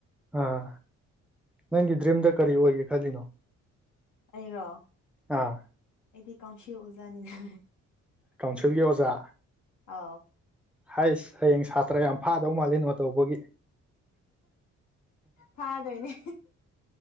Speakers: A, in the centre; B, on the left.
A: ꯑꯥ ꯅꯪꯒꯤ ꯗ꯭ꯔꯤꯝꯗ ꯀꯔꯤ ꯑꯣꯏꯒꯦ ꯈꯜꯂꯤꯅꯣ
B: ꯑꯩꯔꯣ
A: ꯑꯥ
B: ꯑꯩꯗꯤ ꯀꯥꯎꯁꯤ ꯑꯣꯖꯥꯅꯤꯅ
A: ꯀꯥꯎꯟꯁꯤꯜꯒꯤ ꯑꯣꯖꯥ
B: ꯑꯧ
A: ꯍꯥꯏꯁ ꯍꯌꯦꯡ ꯁꯥꯇ꯭ꯔ ꯌꯥꯝ ꯐꯥꯗꯧ ꯃꯥꯜꯂꯦ ꯅꯣꯠ ꯇꯧꯕꯒꯤ
B: ꯐꯥꯗꯣꯏꯅꯦ